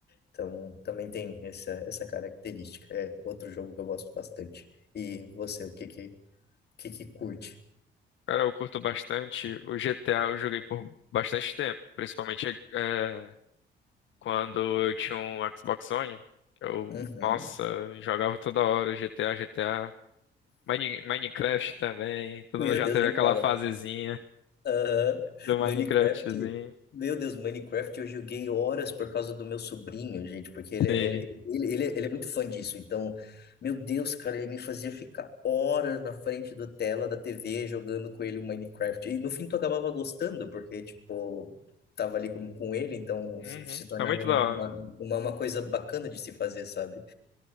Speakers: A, on the left; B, on the left.
A: Então, também tem essa, essa característica. É outro jogo que eu gosto bastante. E você, o que que, o que que curte?
B: Cara, eu curto bastante. O GTA eu joguei por bastante tempo, principalmente é, quando eu tinha um Xbox One. Eu,
A: Uhum.
B: nossa, jogava toda hora GTA, GTA. Mine- Minecraft também. Todo
A: Meu
B: mundo já
A: Deus,
B: teve
A: nem
B: aquela
A: fala.
B: fasezinha
A: Aham.
B: do Minecraftzinho.
A: Minecraft, meu Deus, Minecraft eu joguei horas por causa do meu sobrinho, gente, porque ele,
B: Sim.
A: é- ele, ele, ele, é ele é muito fã disso. Então, meu Deus, cara, ele me fazia ficar horas na frente da tela da TV jogando com ele o Minecraft. E no fim tu acabava gostando, porque, tipo, tava ali com, com ele, então
B: Uhum.
A: se, se tornava
B: É muito
A: um,
B: da hora.
A: uma, uma, uma coisa bacana de se fazer, sabe?